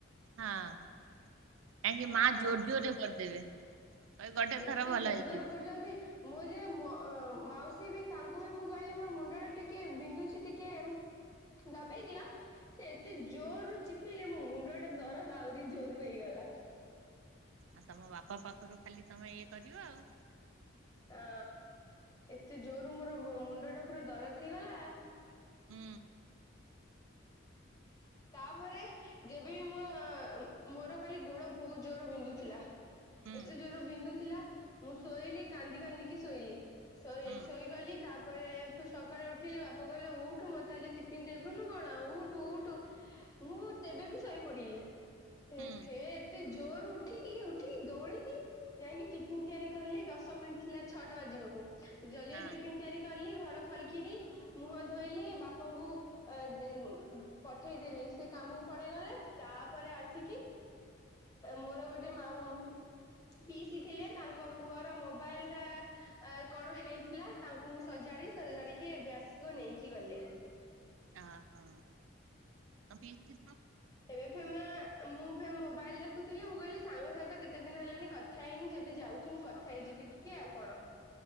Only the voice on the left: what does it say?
ହଁ।
ଏତେ
ଜୋର
ଜୋର କରୁଛନ୍ତି। ମୋ ଯ ମ ମାଉସୀ ବି ତାଙ୍କୁ ବି ମୁଁ କହିଲି ମୋର ମୁଣ୍ଡ ଟା ଟିକେ ବିନ୍ଧୁଛି ଟିକେ ଦବେଇ ଦିଅ ସେ ଏତେ ଜୋରରୁ ଚିପିଲେ ମୋ ମୁଣ୍ଡ ଟା ଦରଦ ଆହୁରି ଜୋର ହେଇଗଲା। <unintelligible>
ହଁ ଏତେ ଜୋରରୁ ମୋର ମୁଣ୍ଡ ଟା ପୁରା ଦରଦ ହେଇଗଲା।
ତାପରେ ଯେବେ ବି ମୋ ମୋର ଖାଲି ଗୋଡ ବହୁତ ଜୋର ବିନ୍ଧୁଥିଲା।
ଏତେ ଜୋର ବିନ୍ଦୁ ଥିଲା ମୁଁ ଶୋଇଲି କାନ୍ଦି କାନ୍ଦିକି ଶୋଇଲି। ଶୋଇ
ଶୋଇଗଲି। ତାପରେ ସ ସକାଳୁ ଉଠିଲି ବାପା କହିଲେ ଉଠୁ ମୋତେ ଆଜି ଟିଫିନ୍ ଦବୁନି କଣ ଉଠୁ ଉଠୁ ମୁଁ ତେବେ ବି ଶୋଇ ପଡିଲି। ହେ
ଫେ ଏତେ ଜୋର ଉଠିକି ଉଠିକି ଦୌଡିକି ଯାଇକି ଟିଫନ୍ ତିଆରି କଲି ଦଶ ମ ଥିଲା ଛଅଟା ବାଜିବାକୁ ଜଲଦି ଜଲଦି
ଟିଫନ୍ ତିଆରି ଘର ଖରକିରି ମୁହଁ ଧୋଇଲି ବାପାଙ୍କୁ ଅ ପଠେଇଦେଲି ସେ କାମକୁ ପଡେଇଗଲେ ତାପରେ ଆସିକି ମୋର ଗୋଟେ ମା ହଉ। ପିସି ଥିଲେ ତାଙ୍କ ପୁଅର ମୋବାଇଲ ଟା କଣ ହେଇଥିଲା ତାଙ୍କୁ ମୁଁ ସଜା ସଜାଡିକି ଏବେ ଆସିକି ନେଇକି ଗଲେ।
ଏବେ ଫ ମୁଁ ମୋବାଇଲ ଦେଖ ଦେଖୁଥିଲି ମୁଁ କହିଲି ସାଙ୍ଗ ସହିତ କେତେ ଦିନ ହେଲାନି କଥା ହେଇନି ଯେବେ ଯାଉଛି ମୁଁ କଥା ହେଇଯିବି ଟିକେ ଆଉ କଣ?